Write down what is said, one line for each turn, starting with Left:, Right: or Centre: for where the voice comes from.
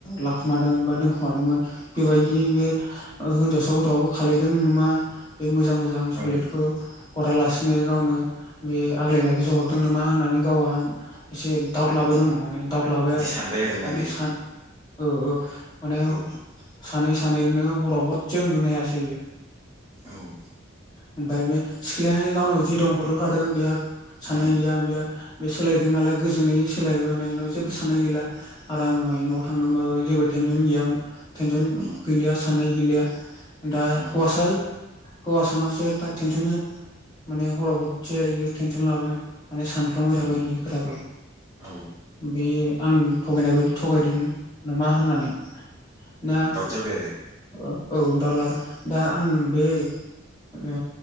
Left: लाखोमादों बा दोनखोमादोंमोन। बेबायदि बे ओ हिनजावसा गथ'आबो खालायदों नामा बे मोजां मोजां सक्लेटखौ
Right: उम औ ओं
Left: हरालासिनो गावनो बे आग्लायनायखौसो हरदों नामा होननानै गावहा एसे दाउट लाबाय
Right: बिदि
Left: दङ माने दाउट लाबाय
Right: बिदि
Left: आरो
Right: सानबाय आरोना
Left: माने
Right: बेयो
Left: सा औ औ। माने
Right: औ।
Left: सानै सानैनो हराव हरदसे उन्दुनो हायासै इयो।
Right: ओं
Left: ओमफाय बै सिख्लायाहाय गावनाव जि दं हरजोबखादों बेहा साननाय
Right: औ
Left: गैया बेहा बे सोलायदों नालाय गोजोनै सोलायबाय माने बेनाव जेबो साननाय गैला आराम न'आव थांदोंबाबबो जेबो टेनसन गैयामोन। टेनसन
Right: उम
Left: गैलिया साननाय गैलिया दा
Right: औ
Left: हौवासा हौवासा नाव सो दा टेनस'न माने हराव हरसे इयो टेनसन लाबाय माने सानफ्लांबाय थाबाय
Right: उम
Left: बे खोथाखौ
Right: औ
Left: बे आं थ'गायनाय बायदि थ'गायदों नामा होननानै ना
Right: दाउट जाबाय आरो
Left: ओ औ दावलार दा आं बे ओ